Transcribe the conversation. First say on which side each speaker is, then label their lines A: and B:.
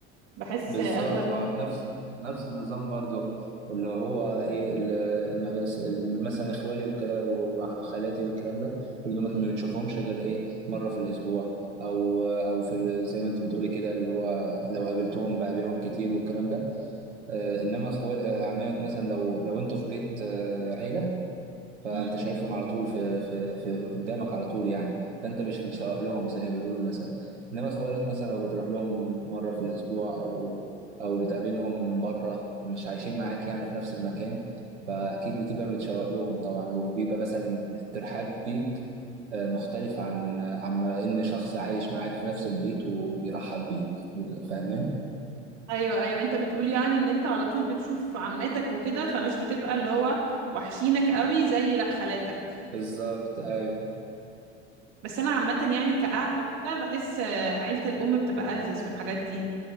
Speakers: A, on the right (about 50°); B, on the right (about 80°).
A: بحس
B: بالظبط
A: اغلب
B: ما نفس نفس النظام برضو اللي هو ايه اللي مثلا اخوالي والكلام وخالاتي والكلام ده اللي ما بنشوفهمش غير ايه مره في الاسبوع او او في ال- زي ما انت بتقولي كده اللي هو لو قابلتهم بقابلهم كتير والكلام ده آه انما اخوال آه، عمامك مثلا لو لو انتوا في بيت آه عيله فانت
A: مم.
B: شايفهم على طول في في في قدامك على طول يعني فانت مش بتشوق لهم زي ما بيقولوا مثلا انما اخوالك مثلا لو بتروح لهم مره في الاسبوع او او بتقابلهم بره مش عايشين معاك يعني في نفس المكان فاكيد بتبقى متشوق لهم طبعا وبيبقى مثلا الترحاب بيك آه، مختلف عن عن ان شخص عايش معاك في نفس البيت وبيرحب بيك فاهمين
A: ايوه ايوه انت بتقول يعني ان انت على طول بتشوف عماتك وكده فمش بتبقى اللي هو وحشينك قوي زي لا خالاتك
B: بالظبط ايوه
A: بس انا عامه يعني كقعده وكده بحس آه، عيله الام بتبقى ألذذ في الحاجات دي